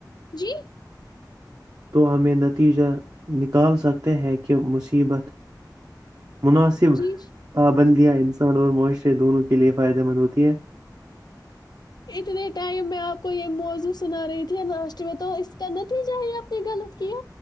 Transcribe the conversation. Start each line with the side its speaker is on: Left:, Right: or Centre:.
Left: جی
Right: تو ہمیں نتیجہ نکال سکتے ہیں کہ مصیبت مناسب
Left: جی جی
Right: پابندیاں انسان اور معاشر دونوں کے لیے فائدے مند ہوتی ہے
Left: اتنے ٹائم میں آپ کو یہ موضوع سنا رہی تھی لاسٹ میں تو اس کا نتیجہ ہی آپ نے غلط کیا